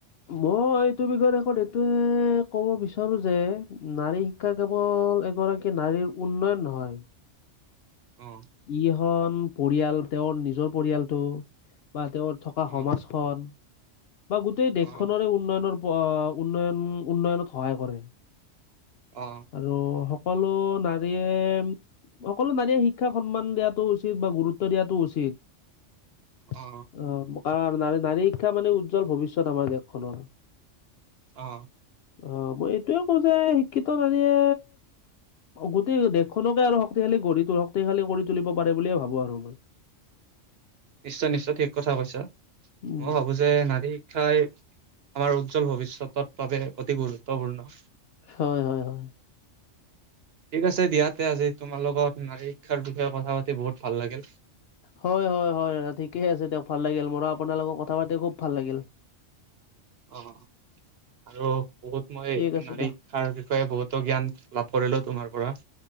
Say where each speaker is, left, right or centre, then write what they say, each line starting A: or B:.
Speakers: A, on the left; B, on the right.
A: মই এইটো বিষয়ত শেষত এইটোয়ে ক'ব বিচাৰো যে নাৰী শিক্ষা কেৱল এগৰাকী নাৰীৰ উন্নয়ন নহয়
B: অ।
A: কিখন পৰিয়াল তেওঁৰ নিজৰ পৰিয়ালটো বা তেওঁৰ- থকা
B: অ
A: সমাজখন, বা গোটেই দেশ
B: অ
A: খনৰে উন্নয়নৰ অ উন্নয়ন উন্নয়নত সহায় কৰে।
B: অ।
A: আৰু সকলো নাৰীয়ে। সকলো নাৰীয়ে শিক্ষাক সন্মান দিয়াটো উচিত বা গুৰুত্ব দিয়াাতটো উচিত।
B: অ।
A: অ', কাৰণ নাৰী-নাৰী শিক্ষা মানে উজ্জ্বল ভৱিষ্যত আমাৰ দেশখনৰ।
B: অ।
A: অ', মই এইটোয়ে কওঁ যে শিক্ষিত নাৰীয়ে গোটেই দেশখনকে আৰু শক্তিশালী গঢ়ি, শক্তিশালী কৰি তুলিব পাৰে বুলিয়ে ভাবো আৰু মই।
B: নিশ্চয় নিশ্চয় ঠিক কথা কৈছা,
A: উম।
B: মই ভাবো যে যে, নাৰী শিক্ষাই আমাৰ উজ্জ্বল ভৱিষ্যতৰ বাবে অতি গুৰুত্বপূৰ্ণ।
A: হয় হয় হয়।
B: ঠিক আছে দিয়াতে আজি, তোমাৰ লগত নাৰী শিক্ষাৰ বিষয়ে কথা পাতি বহুত ভাল লাগিল।
A: হয় হয় হয়, ঠিকে আছে দিয়ক ভাল লাগিল, মোৰ আপোনাৰ লগত কথা পাতি খুব ভাল লাগিল।
B: অ', আৰু বহুত মই
A: ঠিক আছে
B: নাৰী
A: দিয়ক
B: শিক্ষা বিষয়ে বহুতো জ্ঞান, লাভ কৰিলো তোমাৰ পৰা।